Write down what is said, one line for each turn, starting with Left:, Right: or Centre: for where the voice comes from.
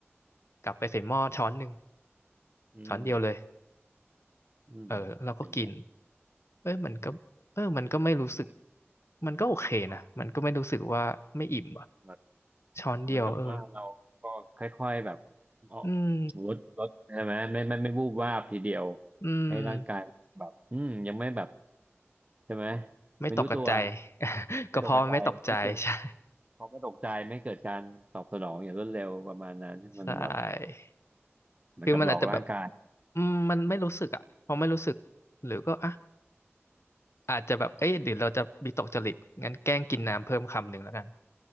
Left: กลับไปใส่หม้อช้อนหนึ่ง
Right: อืม
Left: ช้อนเดียวเลย
Right: อืมเป็นไง
Left: เออเราก็กินเอ้ยมันก็เออมันก็ไม่รู้สึก
Right: ทำให้
Left: มันก็โอเคนะมันก็ไม่รู้สึกว่าไม่อิ่มอ่ะ
Right: อ๋อแบบ
Left: ช้อนเดียวเออ
Right: เหมือนกับว่าเราก็ค่อยๆแบบอ๋อ
Left: อืม
Right: ลดลดใช่ไหมไม่ไม่ไม่วูบวาบทีเดียว
Left: อืม
Right: ให้ร่างกายแบบอืมยังไม่แบบใช่ไหม
Left: ไม่ตกกระใจ
Right: ไม่รู้ตัว
Left: <laughs>
Right: ไม่ตกใจไม่เกิด
Left: ก็เพราะมันไม่ตกใจ <laughs> ใช่
Right: เขาก็ตกใจไม่เกิดการตอบสนองอย่างรวดเร็วประมาณนั้นมันแบบ
Left: ใช่
Right: เหมือนกับหลอกร่างกาย
Left: คือมันอาจจะแบบอืมมันไม่รู้สึกอ่ะพอไม่รู้สึก หรือก็อ่ะอาจจะแบบเอ้ยเดี๋ยวเราจะมีตกจริตงั้นแกล้งกินน้ำเพิ่มคำหนึ่งแล้วกัน